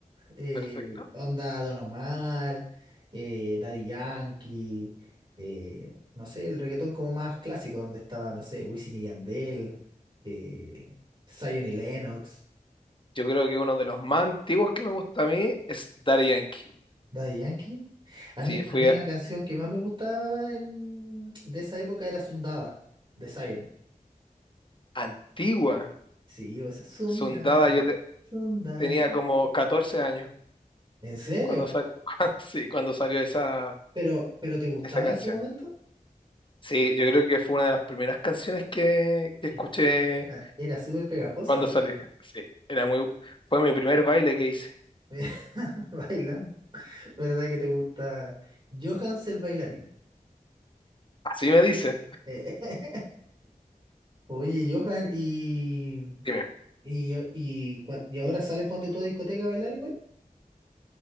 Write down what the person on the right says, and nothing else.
eh,
onda Don Omar, eh, Daddy Yankee, eh, no sé, el reggaetón como más clásico, donde estaba, no sé, Wisin y Yandel, eh, Zion y Lennox,
Daddy Yankee. A
mí,
a mí
la canción que más me gustaba en- de esa época era Sundaba, de Zion.
Sí, esa Sundada,
Sundada.
¿En serio?
Pero, pero ¿te gustaba
en su momento?
Que-
Ah, Era súper pegajosa.
<laughs> Bailando. ¿Verdad que te gusta? Johans el bailarín.
Eh, <laughs> oye, Johan, y,
y, y, cua- y ahora sales ponte tú a discoteca a bailar igual?